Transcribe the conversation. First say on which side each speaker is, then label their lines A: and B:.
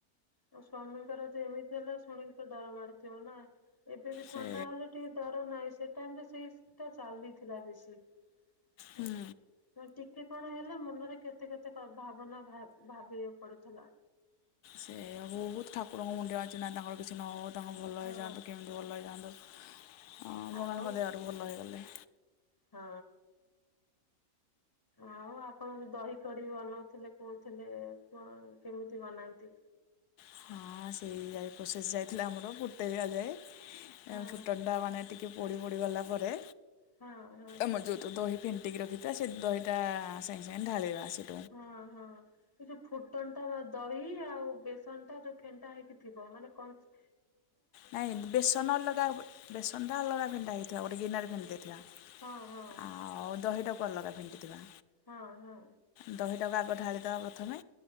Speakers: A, on the left; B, on the left.
A: ଆଉ ସ୍ଵାମୀଙ୍କର ଯେ ଏମିତି ହେଲେ ଶୁଣିକିତ ଡର ମାଡ଼ୁଥିବନା ଏବେ ବି
B: ସେ
A: ଥଣ୍ଡା ହେଲେ ଟିକେ ଡର ନାହିଁ ସେ ଟାଇମିରେ ସେଇଟା ଚାଲିଥିଲା ବେଶୀ
B: ହୁଁ
A: ହେଲା ନା ଟିକେ କଣ ହେଲେ ମନରେ କେତେ କେତେ ଭାବନା ଭାବି ଭାବିବାକୁ ପଡ଼ୁଥିଲା।
B: ସେଇୟା ବହୁତ୍ ଠାକୁରଙ୍କୁ ମୁଣ୍ଡିଆ ମାରିଚି ନାଇଁ ତାଙ୍କର କିଛି ନ ହଉ ତାଙ୍କ ଭଲ
A: ହଁ।
B: ହେଇଯାଆନ୍ତୁ କେମି ଭଲ ହେଇଯାଆନ୍ତୁ ହଁ ଭଗବାନଙ୍କ
A: ଆଉ
B: ଦୟାରୁ ଭଲ ହେଇଗଲେ।
A: ହଁ। ଆଉ ଆପଣ ଯୋଉ ଦହି କଡ଼ି ବନଉଥିଲେ କହୁଥିଲେ କଣ କେମିତି ବନାନ୍ତି?
B: ହଁ ସେଇ ଯାଇ ପ୍ରୋସେସ ଯାଇଥିଲା ଆମର ଫୁଟେଇ ଦିଆ ଯାଏ
A: ହଁ
B: ଫୁଟଣ ଟା ମାନେ ଟିକେ ପୋଡ଼ି ପୋଡ଼ି ଗଲା ପରେ
A: ହଁ ହଁ। ହଁ।
B: ଆମର ଯଉତ ଦହି ଫିଣ୍ଟିକି ରଖିଥିବା ସେ ଦହିଟା ସାଙ୍ଗେ ସାଙ୍ଗେ ଢାଳିବା ଆସି।
A: ହଁ ହଁ କି ଯଉ ଫୁଟଣ ଟା ଦହି ଆଉ ବେସନ ଟା ଯୋଉ ଫେନ୍ଟା ହେଇକି ଥିବ ମାନେ କଣ
B: ନାଇଁ ବେସନ ଅଲଗା ବେସନଟା ଅଲଗା ଫେଣ୍ଟା ହେଇଥିବା ଗୋଟେ ଗିନାରେ ଫେଣ୍ଟି ଦେଇଥିବା।
A: ହଁ ହଁ
B: ଆଉ ଦହିଟାକୁ ଅଲଗା ଫେଣ୍ଟିଥିବା।
A: ହଁ ହଁ।
B: ଦହିଟାକୁ ଆଗ ଢାଳିିଦବା ପ୍ରଥମେ